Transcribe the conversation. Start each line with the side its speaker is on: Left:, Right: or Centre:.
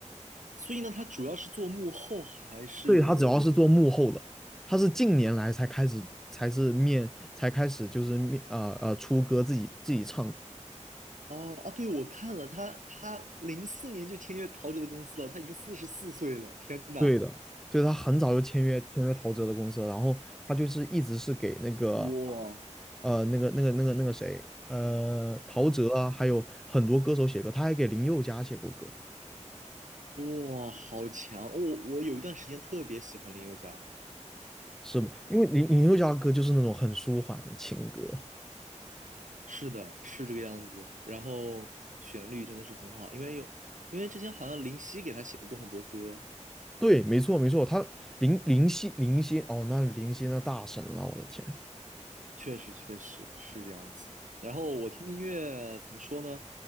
Right: 所以呢，他主要是做幕后还是？
Centre: 对，他主要是做幕后的，他是近年来才开始，才是面，才开始就是面，呃呃，出歌自己自己唱歌
Right: 哦啊，对，我看了他，他零四年就签约陶喆的公司了，他已经四十四岁了，天呐，
Centre: 对的，对，他很早就签约签约陶喆的公司了，然后他就是一直是给那个
Right: 哇
Centre: 呃那个那个那个那个谁呃陶喆啊，还有很多歌手写歌，他还给林宥嘉写过歌，
Right: 哇，好强！我我有一段时间特别喜欢林宥嘉，
Centre: 是吗？因为林林宥嘉的歌就是那种很舒缓的情歌。
Right: 是的，是这个样子。然后旋律真的是很好，因为有因为之前好像林夕给他写过很多歌，
Centre: 对，没错没错，他林林夕林夕哦，那林夕那大神了，我的天。
Right: 确实确实是这样子。然后我听的音乐怎么说呢？